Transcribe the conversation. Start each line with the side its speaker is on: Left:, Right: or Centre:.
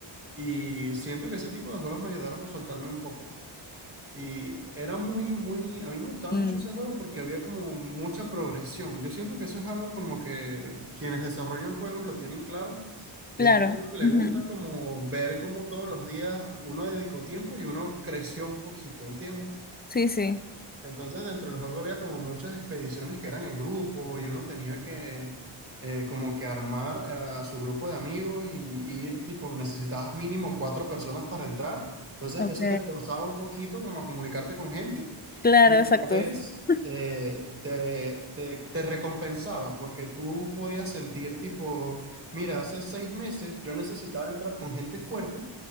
Right: y siento que ese tipo de juegos me ayudaron a soltarme un poco. Y era muy, muy, a mí me gustaba
Left: mm,
Right: mucho ese juego porque había como mucha progresión. Yo siento que eso es algo como que quienes desarrollan juegos lo tienen claro. Y
Left: claro.
Right: es que a uno le
Left: Ujú.
Right: gusta como ver cómo todos los días uno dedicó tiempo y uno creció un poquito, ¿entiendes?
Left: Sí, sí.
Right: Entonces, dentro del juego había como muchas expediciones que eran en grupo y uno tenía que eh, como que armar eh, a su grupo de amigos y, y ir tipo, necesitabas mínimo cuatro personas para entrar. Entonces,
Left: Ok.
Right: eso te esforzaba un poquito como a comunicarte con gente
Left: Claro,
Right: y a
Left: exacto.
Right: la vez
Left: <laughs>
Right: eh, te, te, te recompensaba porque tú podías sentir tipo, mira, hace seis meses yo necesitaba entrar con gente fuerte